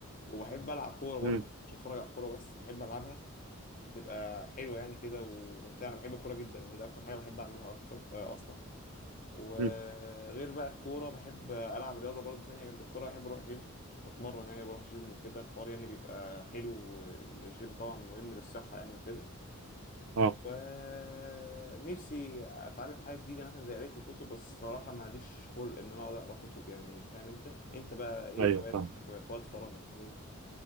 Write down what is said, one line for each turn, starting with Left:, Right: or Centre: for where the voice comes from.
Left: وبحب العب كوره برضه
Right: امم
Left: مش هتفرج على الكوره بس بحب العبها بتبقى حلوه يعني كده وممتعه انا بحب الكوره جدا يعني ده اكتر حاجه بحب اعملها اكتر آه اصلا وغير
Right: امم
Left: بقى الكورة بحب ألعب رياضة برضو تانية جنب الكورة بحب أروح جيم بتمرن يعني بروح جيم وكده الحوار يعني بيبقى حلو إن الجيم طبعا مهم للصحة يعني وكده
Right: اه
Left: ونفسي أتعلم حاجة جديدة مثلا زي قراية الكتب بس صراحة ماليش خلق إن أنا أقعد أقرأ كتب يعني فاهم أنت أنت بقى إيه
Right: ايوه
Left: هواياتك
Right: فاهم
Left: في في وقت فراغك كده